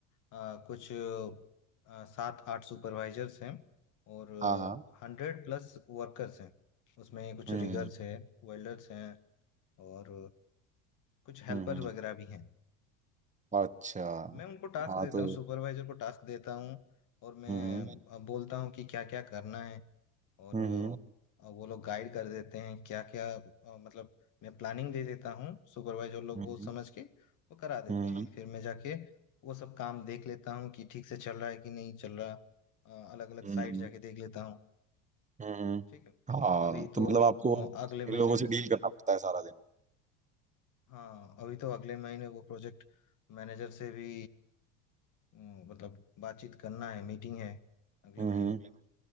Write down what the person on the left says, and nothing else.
आ, कुछ आ, सात आठ सुपरवाइजर्स हैं और
हंड्रेड प्लस वर्कर्स हैं उसमें कुछ
रिगर्स
हैं वेल्डर्स हैं और कुछ हेल्पर
वगैरह भी हैं
मैं उनको टास्क
देता
हूँ सुपरवाइजर को टास्क देता हूँ और मैं
आ, बोलता हूँ कि क्या क्या करना है और
अ, वो लोग गाइड कर देते हैं क्या क्या मतलब मैं प्लानिंग दे देता हूँ सुपरवाइजर लोग
वो समझ के वो करा देते
हैं फिर मैं जाके वो सब काम देख लेता हूँ कि ठीक से चल रहा है कि नहीं चल रहा अलग अलग
साइड
जाके देख लेता हूँ
ठीक है
अभी
तो
अ, अगले महीने
हाँ अभी तो अगले महीने वो प्रोजेक्ट मैनेजर से भी अम, मतलब बातचीत करना है मीटिंग है अगले
महीने